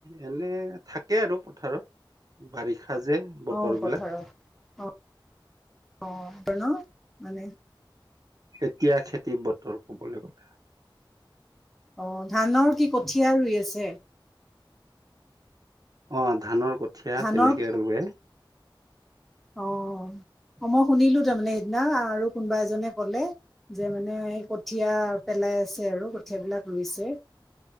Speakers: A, on the right (about 45°); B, in the centre.
A: এনে থাকে আৰু পথাৰত বাৰিষা সাজে বতৰ
B: অ পথাৰত
A: বিলাক
B: অ অ' বতৰ ন' মানে
A: এতিয়া খেতি বতৰ ক'বলৈ গ'লে।
B: অ ধানৰ কি কঠীয়া ৰুই আছে?
A: অহ ধানৰ কঠীয়া
B: ধানৰ
A: তেনেকে ৰুৱে।
B: অ অ মই শুনিলো তাৰ মানে সেইদিনা আৰু কোনোবা এজনে কলে। যে মানে সেই কঠীয়া পেলাই আছে আৰু কঠীয়াবিলাক ৰুইছে।